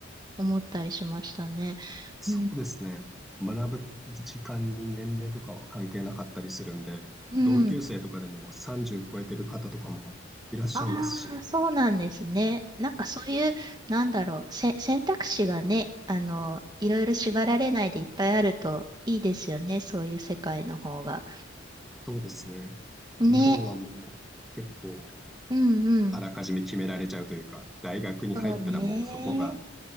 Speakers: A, on the right (about 20°); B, in the centre.
A: 思ったりしましたね。
B: そうですね。
A: うん。
B: 学ぶ時間に年齢とかは関係なかったりするんで、
A: うん。
B: 同級生とかでも30超えてる方とかもいらっしゃいますし、
A: ああ、そうなんですね。なんかそういう、なんだろう、せ、選択肢がね、あの、いろいろ縛られないでいっぱいあるといいですよね、そういう世界の方が。
B: そうですね。
A: ね。
B: 日本はもう結構
A: うんうん。
B: あらかじめ決められちゃうというか、大学に入ったらもうそこが
A: そうね。